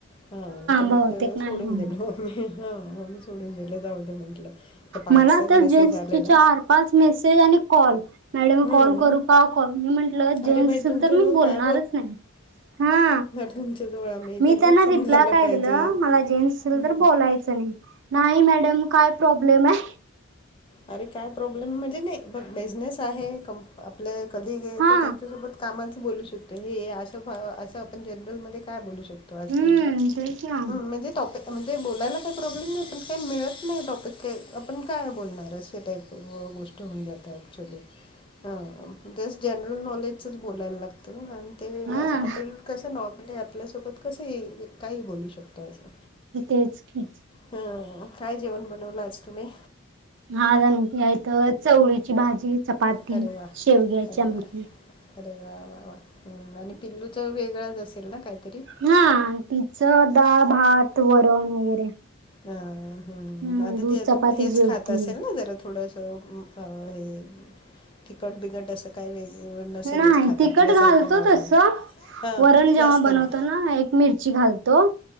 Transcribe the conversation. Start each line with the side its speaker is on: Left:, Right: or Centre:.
Left: हा, तर
Right: बहुतेक
Left: मग...
Right: नाही
Left: सोडून
Right: होणार
Left: दिलं, मग मी... हा... मग मी सोडून दिलं... जाऊ दे म्हटलं हे पाचचाच
Right: मला तर...
Left: मेसेज
Right: जेट्सचे
Left: आलेला
Right: चार, पाच मेसेज आणि कॉल... मॅडम
Left: हो
Right: कॉल
Left: ना.
Right: करू का ओ कॉल... मी म्हंटलं, जेट्स
Left: अरे भाई
Right: असेल,
Left: तुमच्याजवळ
Right: तर मी बोलणारच
Left: काय
Right: नाई... हा
Left: तुमच्या जवळ ए आम्ही
Right: मी
Left: त्यांनाच
Right: त्यांना
Left: समजायला
Right: रिप्लाय काय
Left: पाहिजे.
Right: दिलं, मला जेंट्स असेल..
Left: हम्म.
Right: तर बोलायचं नई नाई मॅडम... काय प्रॉब्लेम ए
Left: अरे काय प्रॉब्लेम म्हणजे... नाई... बघ... बिझनेस आहे, क... आपलं कलीग ए...
Right: हा
Left: तर त्यांच्यासोबत, कामाचं बोलू शकतो. हे असं... फा... असं, आपण जनरलमध्ये काय बोलू शकतो? असं
Right: हम्म...
Left: आहे ना
Right: तेच ना
Left: हं, म्हणजे टॉपिक म्हणजे... बोलायला काई प्रॉब्लेम नाई... पण काही मिळत नाही, टॉपिक काई... आपण काय बोलणार? <unintelligible> टाइप गो... गोष्ट होऊन जाते ॲक्चुअली... हा... तेच जेन म्हणून नॉलेजचंच बोलायला लागतं... अन ते
Right: ना हा
Left: असं आपल्याला कसं नॉर्मली... आपल्यासोबत कसंही... काहीही बोलू शकतो असं
Right: तेच की
Left: हम काय जेवण बनवलंच तुम्ही.
Right: हाज आमट आहे तर चवळीची भाजी चपाती
Left: अरे वा
Right: शेवग्या च
Left: अरे
Right: आमट.
Left: वा अरे वा वा वा आणि पिल्लूच वेगळंच असेल ना काहीतरी.
Right: हा तिच दा भात वरण वगैरे.
Left: ह हम्
Right: हम्म
Left: आता
Right: दूध
Left: ते अजून
Right: चपाती
Left: हेच
Right: जेवती
Left: खात असेल ना जरा थोडंस. ह हे. तिकट बििकट असं काही वेगं नसेलच
Right: नाही
Left: खाातं
Right: तिखट
Left: आपल्यासारखं
Right: घालतो
Left: नॉर्मल.
Right: तस
Left: हां
Right: वरण
Left: पण
Right: जेव्हा
Left: जास्त
Right: बनवतो
Left: नाही
Right: ना एक मिरची घालतो.